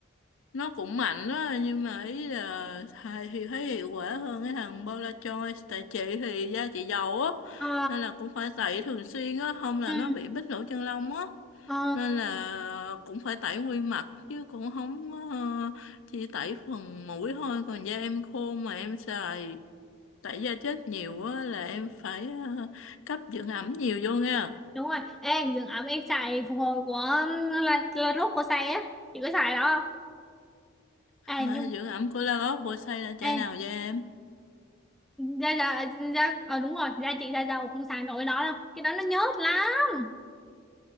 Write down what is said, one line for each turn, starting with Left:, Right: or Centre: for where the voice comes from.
Left: nó cũng mạnh đó nhưng mà ý là thầy thì thấy hiệu quả hơn cái thằng Paula Choice tại chị thì da chị dầu á
Centre: ờ
Left: nên là cũng phải tẩy thường xuyên á không là
Centre: ừ
Left: nó bị bít lỗ chân lông á
Centre: ờ
Left: nên là cũng phải tẩy nguyên mặt chứ cũng không có, ờ, chỉ tẩy phần mũi thôi còn da em khô mà em xài tẩy da chết nhiều á là em phải ờ, cấp dưỡng ẩm nhiều vô nha
Centre: đúng rồi ê dưỡng ẩm em xài phục hồi của là là rốt của xài á chị có xài đó không
Left: Thôi,
Centre: ê nhưng
Left: Dưỡng ẩm của Lagos bôi xay là chai
Centre: ê
Left: nào vậy em?
Centre: da da da ờ đúng rồi da chị da dầu không xài nổi nó đâu cái đó nó nhớt lắm